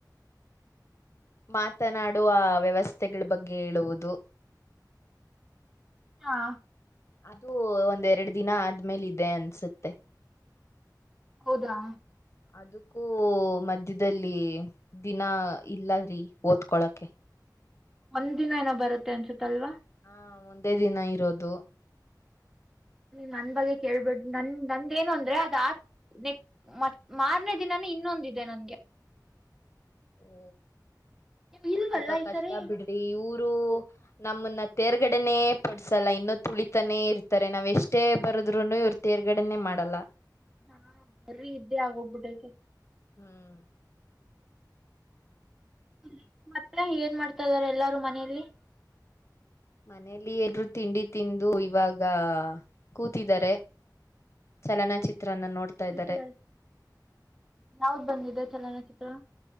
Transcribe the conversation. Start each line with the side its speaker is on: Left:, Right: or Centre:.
Left: ಮಾತನಾಡುವ ವ್ಯವಸ್ಥೆಗಳ ಬಗ್ಗೆ ಹೇಳುವುದು
Centre: ಹಾ
Left: ಅದು ಒಂದರಡು ದಿನ ಆದ್ಮೇಲೆ ಇದೆ ಅನ್ಸುತ್ತೆ
Centre: ಹೌದಾ
Left: ಅದಕ್ಕೂ ಮಧ್ಯದಲ್ಲಿ ದಿನ ಇಲ್ಲ್ರೀ ಓದ್ಕೊಳಕೆ
Centre: ಒಂದ್ ದಿನ ಏನೋ ಬರುತ್ತೆ ಅನ್ಸುತ್ತ ಅಲ್ವಾ
Left: ಹಾ ಒಂದೇ ದಿನ ಇರೋದು
Centre: ನನ್ ಬಗ್ಗೆ ಕೇಳ್ಬಿಡ್ ನನ್ ನಂದೇನು ಅಂದ್ರೆ ಅದ ಆ ನೆಕ್ ಮ ಮಾರ್ನೇ ದಿನಾನೇ ಇನ್ನೊಂದಿದೆ ನನ್ಗೆ
Left: ಓ
Centre: ನೀವ್ ಇಲ್ವಲ್ಲ
Left: ತುಂಬಾ
Centre: ಈ
Left: ಕಷ್ಟ
Centre: ಸರಿ
Left: ಬಿಡ್ರಿ ಇವರು ನಮ್ಮನ್ನ ತೇರ್ಗಡೆನೆೇ ಪಡ್ಸಲ್ಲ ಇನ್ನುೂ ತುಳಿತಾನೇ ಇರ್ತಾರೆ ನಾವ್ ಎಷ್ಟೇ ಬರದ್ರುನು ಇರ್ತ ತೇರ್ಗಡನೆೇ ಮಾಡಲ್ಲ
Centre: ಹಾ ಬರ್ರಿ ಇದ್ದೆ ಆಗೋಗ್ಬಿಟ್ಟಕ್ಕೆ
Left: ಹ್ಮ್
Centre: ್ಮ ಮತ್ತ ಏನ್ ಮಾಡ್ತಾ ಇದಾರೆ ಎಲ್ಲಾರೂ ಮನೇೆಯಲ್ಲಿ
Left: ಮನೇಲಿ ಎಲ್ರು ತಿಂಡಿ ತಿಂದು ಇವಾಗ ಕೂತಿದ್ದಾರೆ ಚಲನಚಿತ್ರನ್ನ ನೋಡ್ತಾ
Centre: ಕೆಲ್ಸಗಳು
Left: ಇದ್ದಾರೆ
Centre: ಯಾವ್ದ್ ಬಂದಿದೆ ಚಲನಚಿತ್ರ